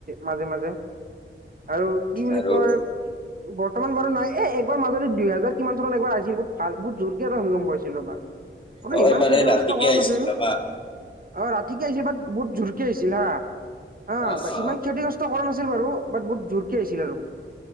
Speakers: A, on the right (about 45°); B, on the left (about 25°).
A: মাজে মাজে। আৰু কি বুলি
B: আৰু
A: কয়, বৰ্তমান বাৰু নাই এ এ বা মাজতে দুহেজাৰ কিমান চনত একবাৰ আহিছিল বহুত ভাল বহুত জোৰকে এটা ভূমিকম্প হৈছে। জি লবা,
B: অ
A: ইমান
B: এবাৰ
A: ক্ষতিগ্ৰস্ত
B: এই ৰাতিকে
A: কৰা
B: আহিছিল
A: নাছিল অ,
B: ৰবা
A: অ ৰাতিকে আহিছিল বাট বত জুৰকে আইছ ছিল হা! হা
B: অ অ অ
A: ইমান ক্ষতিগ্ৰস্ত কৰা নাছিল বাৰু, বাট বহুত জোৰকে আহিছিল আৰু।